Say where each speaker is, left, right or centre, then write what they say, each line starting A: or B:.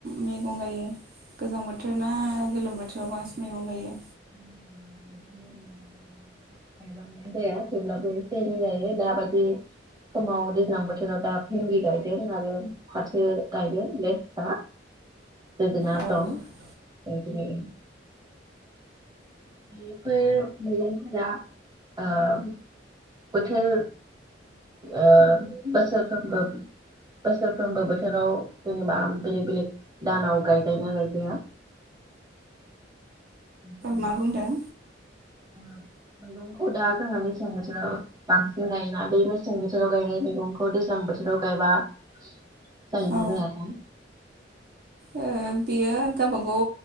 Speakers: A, on the right; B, on the right.
A: मैगं गायो गोजां बोथोर ना गोलोम बोथोराव बांसिन मैगं गायो
B: <unintelligible> गायबांनाय जाया थेब्लाबो एसे एनै जायो दाबायदि समाव दैज्लां बोथोराव दा भिनदि गायदों आरो फाथो गायदों लेस्रा जोगोनार
A: औ
B: दं ओमफ्राय बेफोर मैगंफोरा ओ बोथोर ओ बोसोरफ्रोमबो बोसोरफ्रोमबो बोथोराव जेनेबा बेलेग बेलेग दानाव गायजायो ना गायजाया <unintelligible>
A: मा बुंदों
B: ओ मैगंखौ दा जोंहा मेसें बोथोराव बांसिन गायोना बे मेसें बोथोराव गायनाय मैगंखौ दैज्लां बोथोराव गायबा जायो ना
A: औ
B: जायाथाय
A: ओ बेयो गावबा गाव